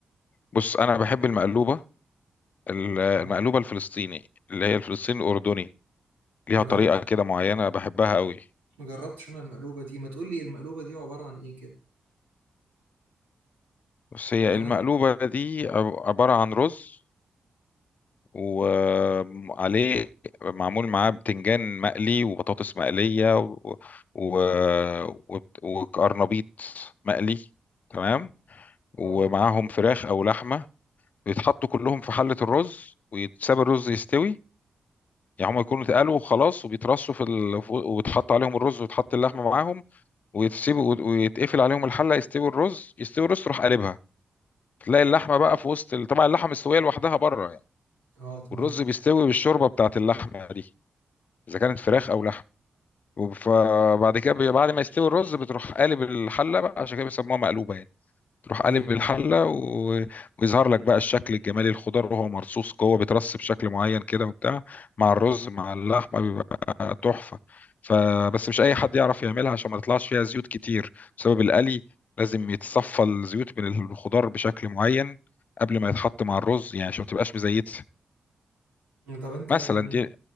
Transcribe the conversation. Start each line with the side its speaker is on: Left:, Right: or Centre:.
Left: بص انا بحب المقلوبه المقلوبه
Right: اه
Left: الفلسطيني اللي هي الفلسطيني الاردني ليها
Right: ما جرب
Left: طريقه كده معينه بحبها قوي
Right: ما جربتش انا المقلوبه دي ما تقول لي المقلوبه دي عباره عن ايه كده
Left: بس هي
Right: يعني
Left: المقلوبة
Right: انا
Left: دي عب- عبارة عن رز وعليه معمول معاه بتنجان مقلي وبطاطس مقلية و... و... و... وقرنبيط مقلي تمام ومعاهم
Right: اه
Left: فراخ أو لحمة بيتحطوا كلهم في حلة الرز ويتساب الرز يستوي يعني هم يكونوا اتقلوا وخلاص وبيترصوا في ال... فوق- ويتحط عليهم الرز وتحط اللحمة معاهم ويتسيبوا ويتقفل عليهم الحلة يستوي الرز يستوي الرز تروح قلبها تلاقي اللحمه بقى في وسط ال- طبعا اللحمه مستويه لوحدها بره يعني
Right: اه تمام
Left: والرز بيستوي بالشوربه بتاعت اللحمه دي اذا كانت فراخ او لحم وب- فبعد كده بي- بعد ما يستوي الرز بتروح قالب الحله بقى عشان كده بيسموها مقلوبه يعني تروح
Right: ايوه
Left: قالب الحله و... ويظهر لك بقى الشكل الجمالي الخضار وهو مرصوص جوه بيترص بشكل معين كده وبتاع مع الرز مع اللحمه بيبقى تحفه فبس مش اي حد يعرف يعملها عشان ما تطلعش فيها زيوت كتير بسبب القلي لازم يتصفى الزيوت من الخضار بشكل معين قبل ما يتحط مع الرز يعني عشان ما تبقاش مزيته
Right: طب انت يعني
Left: مثلا دي